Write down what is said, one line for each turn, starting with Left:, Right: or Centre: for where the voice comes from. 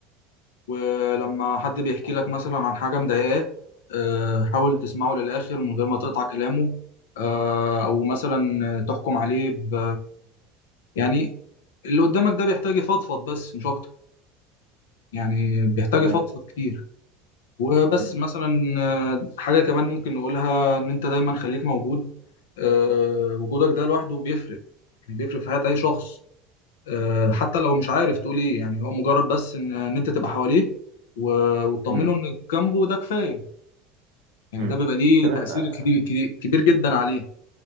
Left: ولما حد بيحكي لك مثلا عن حاجة مضايقاه آه، حاول تسمعه للآخر من غير ما تقطع كلامه آه، أو مثلا تحكم عليه ب يعني اللي قدامك ده بيحتاج يفضفض بس مش أكتر يعني بيحتاج
Right: تمام
Left: يفضفض كتير وبس
Right: مم.
Left: مثلا آه، حاجة كمان ممكن نقولها إن أنت دايما خليك موجود آه، وجودك ده لوحده بيفرق يعني بيفرق في حياة أي شخص آه،
Right: مم.
Left: حتى لو مش عارف تقول ايه يعني هو مجرد بس ان ان انت تبقى حواليه و- وتطمنه
Right: مم.
Left: انك جنبه ده كفايه يعني
Right: مم.
Left: ده بيبقى ليه
Right: تمام
Left: تأثير
Right: آه،
Left: كبير كبير كبير جدا عليه